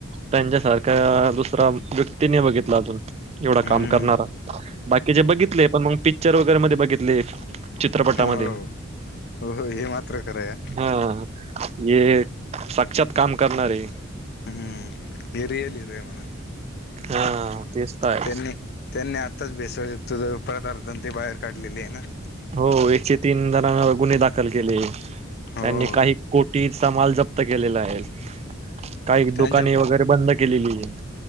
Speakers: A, on the right (about 30°); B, on the left (about 50°).
A: त्यांच्यांसांरख्यां दुसऱ्यां व्यक्तीं नाही बघितलां अजूंन एवढां
B: हम्म
A: कामं करणांरा बाकीचे बघितले पणं मंग पिक्चर वगैरें मंध्ये बघितले एक चित्रपटांमंध्ये
B: हो हो हे मात्र खरं आहे
A: हां ये ईच्यातं कामं करणारं
B: हम्मं ही रियलरी रयांम
A: हा तेच तर आहे.
B: त्यांनी त्यांनी आताचं भेसळंयुक्तं पदार्थां ते बाहेर काढलेले आहे नां
A: हो एकशे तीनं जणं गुन्हे दांखल केलें त्यांनी
B: हो
A: काही कोटींचा माल जंप्त केलेलां आहे कांहीं
B: त्यांच्या
A: दुकानें वगैरे बंद केलेलीं आहे